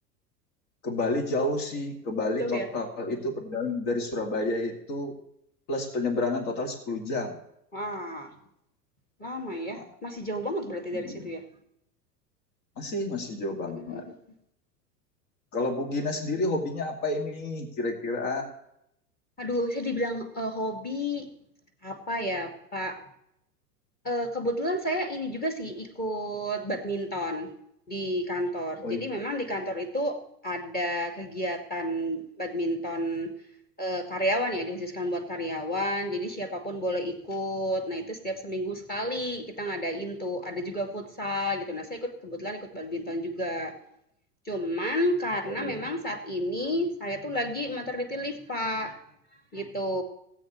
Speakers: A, on the left; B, on the left.
A: ke Bali jauh sih ke Bali
B: Jauh
A: total
B: ya?
A: itu perjalanan dari Surabaya itu plus penyeberangan total sepuluh jam
B: Wah, lama ya.
A: Wah,
B: Masih jauh banget berarti
A: iya.
B: dari situ ya.
A: masih masih jauh banget
B: Mm-mm.
A: kalau Bu Gina sendiri hobinya apa ini kira-kira
B: Aduh, saya dibilang, eee, hobi, apa ya, Pak, eee, kebetulan saya ini juga sih, ikut badminton di kantor.
A: oh
B: Jadi
A: iya,
B: memang di kantor itu ada kegiatan badminton, eee, karyawan ya, dihususkan buat karyawan, jadi siapapun boleh ikut. Nah, itu setiap seminggu sekali kita ngadain tuh, ada juga futsal gitu. Nah, saya ikut kebetulan ikut badminton juga. Cuman karena
A: oh iya
B: memang saat ini saya tuh lagi maternity leave, Pak, gitu.